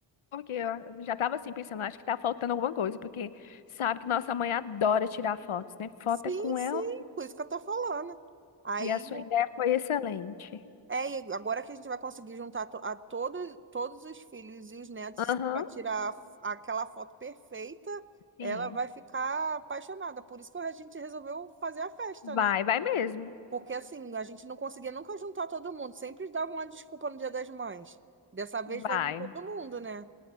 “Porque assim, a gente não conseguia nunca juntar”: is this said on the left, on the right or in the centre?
Right